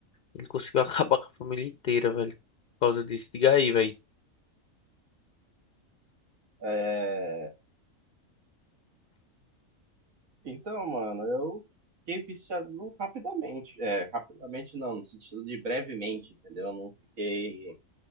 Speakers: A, on the left (about 55°); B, on the right (about 80°).
A: Ele conseguiu <laughs> acabar com a família inteira, velho. Por causa disso. Diga aí, velho.
B: É, Então, mano, eu fiquei viciado no- rapidamente. É, rapidamente não, no sentido de brevemente, entendeu? Eu não fiquei.